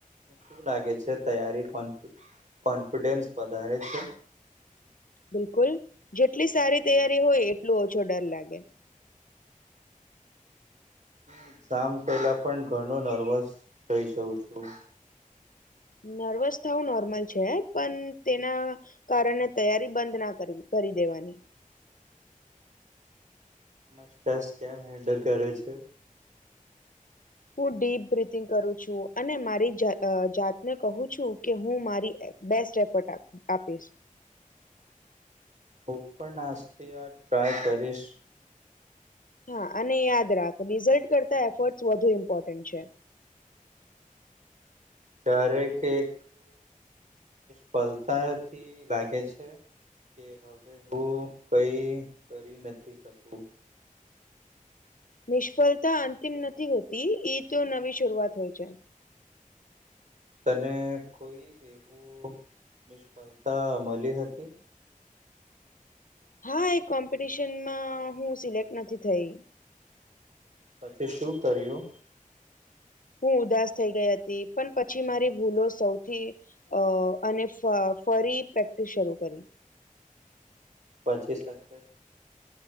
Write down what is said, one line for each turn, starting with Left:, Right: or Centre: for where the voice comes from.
Right: શું લાગે છે તૈયારી કો કોન્ફિડન્સ વધારે છે. <inaudible>
Left: બિલકુલ જેટલી સારી તૈયારી હોય એટલું ઓછો ડર લાગે
Right: એક્ઝામ પેલા પણ ઘણો નર્વસ થઈ જઉ છું
Left: નર્વસ થાવું નોર્મલ છે, પણ તેના કારણે તૈયારી બંધ ના કરવી કરી દેવાની
Right: સ્ટ્રેસ કેમ હેન્ડલ કરે છે.
Left: હું ડીપ બ્રીથિંગ કરું છું અને મારી જા અહહ જાતને કહું છું કે હું મારી બેસ્ટ એફોર્ટ આપી આપીશ
Right: <inaudible> હું પણ નાસ્તીય ટ્રાય કરીશ
Left: હા, અને યાદ રાખ રિઝલ્ટ કરતા એફર્ટ વધુ ઇમ્પોર્ટન્ટ છે,
Right: <inaudible> ક્યારેક એક ફલતાથી લાગે છે, કે હવે હું કઈ કરી નથી શકું
Left: નિષ્ફળતા અંતિમ નથી હોતી ઈ તો નવી શરૂઆત હોય છે,
Right: તને કોઈ એવું નિષ્ફળતા મલી હતી
Left: હા એ કોમ્પિટિશનમાં હું સિલેક્ટ નથી થઈ
Right: પછી શું કર્યું
Left: હું ઉદાસ થઈ ગઈ હતી પણ પછી મારી ભૂલો સૌથી અ અને ફરી પ્રેક્ટિસ શરૂ કરી
Right: પચીસ લાખ